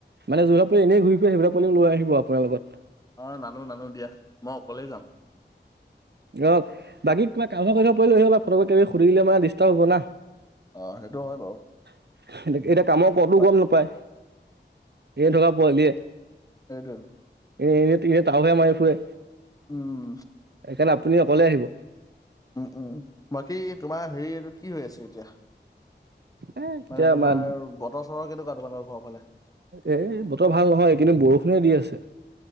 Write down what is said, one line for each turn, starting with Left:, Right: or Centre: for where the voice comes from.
Right: মানে এনেই ঘূৰি ফু সেইিলাকালি লৈ আহিব আপোনাৰ লগত।
Left: অ, নানো - নানো দিয়া মই অকলেই যাম।
Right: অ, বাকী কিবা কাা ক থা পৰি লৈ আহা ফ কিবিুৰি দিলে মানে ডিষ্টাৰ্ব হব না।
Left: অ, সেইটো হয় বাৰু।
Right: এ - এতিয়া কামৰ কবটো
Left: বাক
Right: গম নাপায় এ থকা পোৱালিয়ে।
Left: এইটোৱে।
Right: এনে - এনে এনেই তাহহে মাৰি ফুৰে।
Left: উম,
Right: সেইকাৰণে আপুনি অকলে আহিব।
Left: উম উম বাকী তোমাৰ হেৰি এইটো কি হৈ আছে এতিয়া?
Right: এ এতিয়া
Left: মানে তোমাৰ
Right: আমাৰ
Left: বতৰ চতৰ কেনেকুৱা তোমালোকৰ ঘৰৰ ফালে?
Right: এ বতৰ ভাল নহয়, এই কেইদিন বৰষুণে দি আছে।